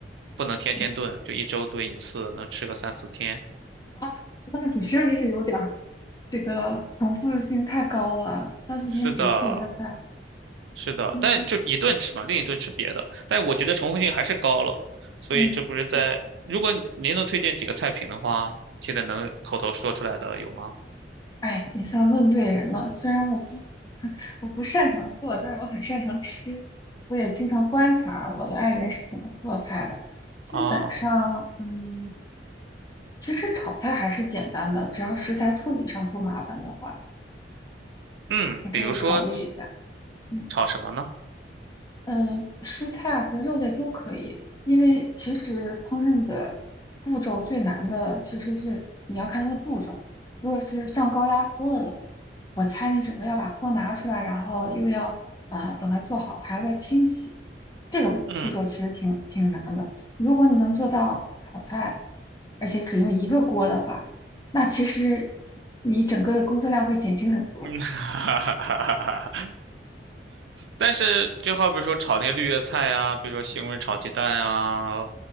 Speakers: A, on the right; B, on the left.
A: 不能天天炖，
B: 嗯，
A: 就一周炖一次，能吃个三四天。
B: 啊，那你是不是有点儿这个重复性太高了？三四天只吃一个菜。
A: 是的，是的，
B: 嗯
A: 但就一顿吃嘛，另一顿吃别的。但我觉得重复性还是高了，所以这不是在，
B: 嗯，是。
A: 如果您能推荐几个菜品的话，现在能口头说出来的有吗？
B: 哎，你算问对人了。虽然我不 <laughs> 我不擅长做，但是我很擅长吃。我也经常观察我的爱人是怎么做菜的。基本上，
A: 啊。
B: 嗯。其实炒菜还是简单的，只要食材处理上不麻烦的话，
A: 嗯，
B: 你可以考虑一下。
A: 比如说
B: 嗯。
A: 炒什么呢？
B: 嗯，蔬菜啊和肉类都可以，因为其实烹饪的步骤最难的其实是你要看它的步骤。如果是上高压锅了的话，我猜你整个要把锅拿出来，然后又要啊、呃等它做好，还要再清洗，这个步骤其实挺挺难的。
A: 嗯
B: 如果你能做到炒菜，而且只用一个锅的话，那其实你整个的工作量会减轻很多。
A: 嗯，<laughs> 哈哈哈哈哈哈。但是就好比说炒那些绿叶菜啊，比如说西红柿炒鸡蛋啊，